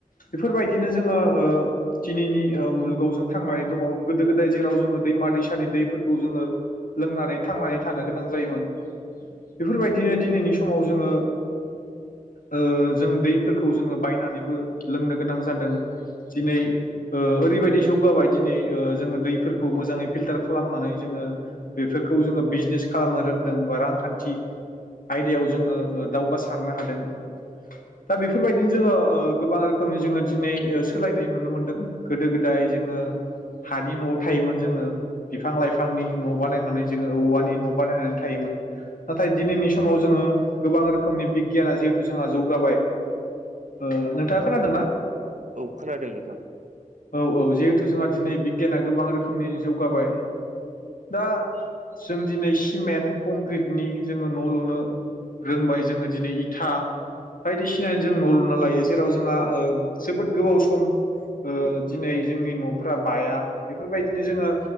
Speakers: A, on the left; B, on the right.
A: बेफोरबायदिनो जोङो ओ दिनैनि ओ मुलुगाव जों थांनानै दङ। गोदो गोदाय जेराव जोङो दैमा दैसानि दैफोरखौ जोङो लोंनानै थांनानै थानो गोनां जायोमोन बेफोरबायदिनो दिनैनि समाव जोङो ओ जों दैफोरखौ जोङो बायनानैबो लोंनो गोनां जादों दिनै ओ ओरैबायदि जौगाबाय दिनै ओ जोङो दैफोरखौ मोजाङै फिलटार खालामनानै जोङो बेफोरखौ जोङो बिजनेस खालामनो रोंदों बा रांखान्थि आयदायाव जोङो ओ दावगासारनो हादों। दा बेफोरबायदिनो जोङो ओ गोबां रोखोमनि जोङो दिनै ओ सोलायनाय नुनो मोनदों। गोदो गोदाय जोङो हानि नआव थायोमोन जोङो बिफां लाइफांनि न बानायनानै जोङो औवानि न बानायनानै थायोमोन नाथाय दिनैनि समाव जोङो गोबां रोखोमनि बिगियाना जिहेतु जोंहा जौगाबाय ओ नोंथाङा खोनादोंना?
B: औ खोनादों नोंथां
A: औ औ जिहेथु जोंहा दिनै बिगियाना गोबां रोखोमनि जौगाबाय दा जों दिनै सिमेन्ट कंक्रिटनि जोङो न लुनो रोंबाय जोङो दिनै इथा। बायदिसिनाजों न लुना लायो जेराव जोंहा ओ जोबोद गोबाव सम ओ दिनै जोंनि नफोरा बाया बेफोरबायदिनो जोङो